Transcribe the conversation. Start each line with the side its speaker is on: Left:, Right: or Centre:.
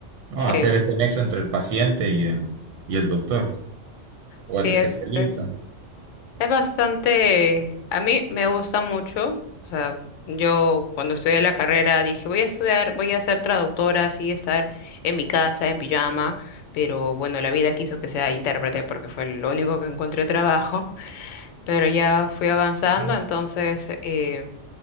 Right: ¿no?
Left: Sí,
Right: Hacer este nexo entre el paciente y el, y el doctor o
Left: sí,
Right: el
Left: es,
Right: especialista.
Left: es Es bastante, a mí me gusta mucho, o sea, yo cuando estudié la carrera dije, voy a estudiar, voy a ser traductora, así estar en mi casa, en pijama, pero bueno, la vida quiso que sea intérprete porque fue lo único que encontré trabajo, <laughs> pero ya fui avanzando,
Right: Sí,
Left: entonces eh,